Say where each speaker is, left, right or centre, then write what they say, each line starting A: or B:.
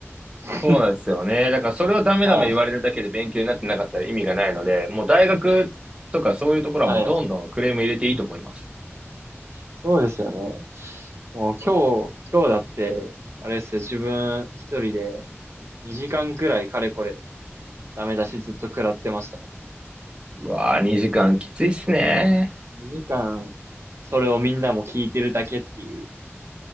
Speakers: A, on the right; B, on the right.
A: <laughs>
B: そうなんですよね。だからそれをダメダメ言われるだけで勉強になってなかったら意味がないので、
A: はい。
B: もう大学とかそういうところはもうどんどんクレーム入れていいと思います。
A: はい。そうですよね。もう今日、今日だって、あれですよ、自分一人で2時間くらいかれこれダメ出しずっと食らってましたね。
B: うわぁ、2時間きついっすね。
A: 2時間、それをみんなも聞いてるだけっていう、